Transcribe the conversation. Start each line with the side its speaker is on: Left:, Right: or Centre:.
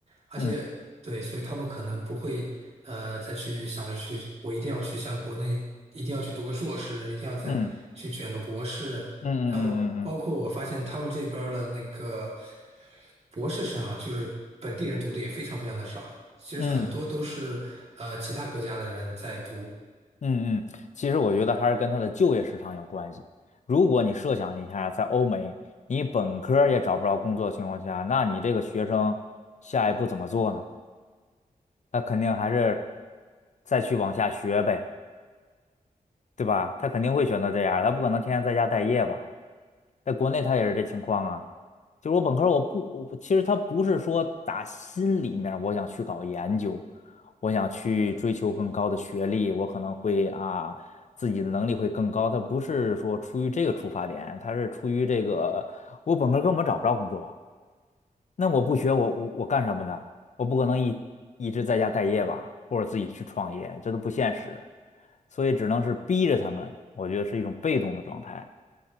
Right: 而且对，
Left: 嗯
Right: 所以他们可能不会呃再去想着去，我一定要去像国内一定要去读个硕士，一定要再去卷个博士。
Left: 嗯嗯嗯嗯嗯嗯嗯嗯
Right: 然后包括我发现他们这边儿的那个博士生啊，就是本地人读的也非常非常的少，其实很多都是呃其他国家的人在读。
Left: 嗯嗯嗯。嗯嗯，其实我觉得还是跟他的就业市场有关系。如果你设想一下，在欧美，你本科儿也找不着工作的情况下，那你这个学生下一步怎么做呢？他肯定还是再去往下学呗，对吧？他肯定会选择这样儿他不可能天天在家待业吧？在国内他也是这情况啊。就是我本科儿我不，我其实他不是说打心里面儿我想去搞研究，我想去追求更高的学历，我可能会啊自己的能力会更高。他不是说出于这个出发点，他是出于这个我本科儿根本找不着工作，那我不学我我我干什么呢？我不可能一一直在家待业吧，或者自己去创业，这都不现实，所以只能是逼着他们，我觉得是一种被动的状态。